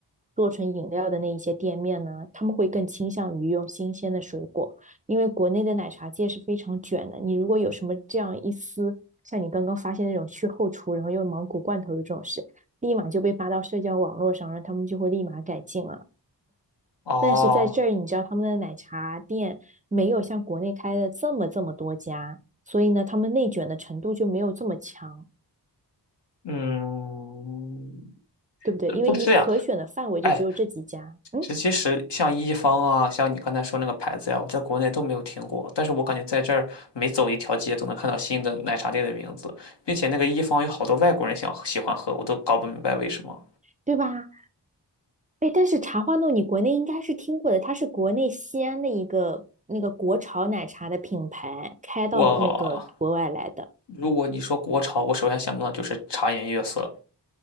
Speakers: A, on the right; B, on the left.
A: 做成饮料的那一些店面呢，他们会更倾向于用新鲜的水果，因为国内的奶茶界是非常卷的。你如果有什么这样一丝，像你刚刚发现那种去后厨，然后用芒果罐头的这种事，立马就被发到社交网络上，然后他们就会立马改进了。
B: 哦，
A: 但是在这儿，你知道他们的奶茶店没有像国内开的这么这么多家，所以呢，他们内卷的程度就没有这么强，
B: 嗯，
A: 对不对？
B: 呃不是呀，
A: 因为你可选的范围就只有这几家，
B: 哎，
A: 嗯，
B: 这其实像一方啊，像你刚才说那个牌子呀，我在国内都没有听过，但是我感觉在这儿每走一条街都能看到新的奶茶店的名字，并且那个一方有好多外国人想喜欢喝，我都搞不明白为什么。
A: 对吧？哎，但是茶花弄你国内应该是听过的，它是国内西安的一个那个国潮奶茶的品牌开到那个国外来的。
B: 我如果你说国潮，我首先想到的就是茶颜悦色。